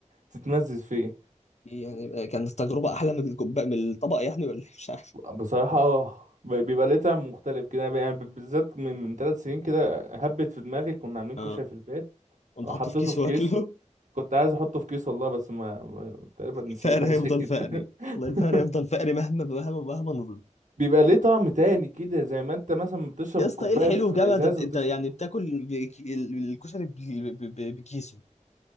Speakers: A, on the right; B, on the left.
A: تتمزز فيه
B: يعني كانت التجربه احلى من الكوبايه من الطبق يعني ولا إيه؟ مش عارف
A: بصراحة اه ب- بيبقى ليه طعم مختلف كده يعني ب- بالذات من من ثلاث سنين كده هبت في دماغي كنا عاملين
B: اه
A: كشري في البيت
B: قمت
A: وحطيته
B: حاطه في كيس
A: في
B: واكله
A: كيس
B: <laughs>
A: كنت عايز احطه في كيس والله بس ما ما- تقريبا نسيت
B: الفقر
A: حاجة
B: هيفضل
A: زي كده
B: فقري
A: <laughs>
B: والله الفقر هيفضل فقري مهما مهما مهما
A: بيبقى ليه طعم تاني كده زي ما انت مثلا بتشرب
B: يا اسطى
A: الكوبايه
B: ايه الحلو
A: في
B: في جامعه
A: ازاز
B: انت انت
A: وبتشرب
B: يعني بتاكل بك- ال- الكشري ب- ب- ب- بكيسه